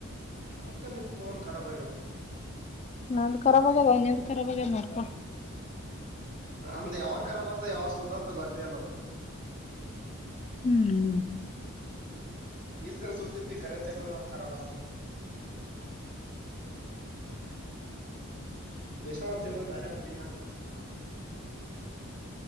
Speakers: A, on the right; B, on the left.
A: ಅದ್ಕ ನಿನ್ ಫೋನ್ ಖರಾಬ್ ಆಗ್ಯಾವ.
B: ನಾಂದ್ ಕರಾಬ್ ಆಗ್ಯಾದ ನಿಂದ್ ಕರಾಬ ಆಗ್ಯಾದ ನೋಡ್ಕೋ.
A: ನಂದು ಯಾವಾಗ ಕರಾಬ ಆತ ಯಾವಾಗ ಸುದ್ದಾತ ಗೊತ್ತಯಿಲ್ಲವು.
B: <inaudible>
A: ಈಸ್ ಸೋತ ಕರೆಂಸ ಅಕೊಂಡಟ್ರಬ ಕರಾಬಆತದ. ಬೆಷ ಒಂದ ತಿಂಗಳು ಮ್ಯರೆ ಬಿಟ್ಟಿದ್ದಿಂದ ಅದಕ.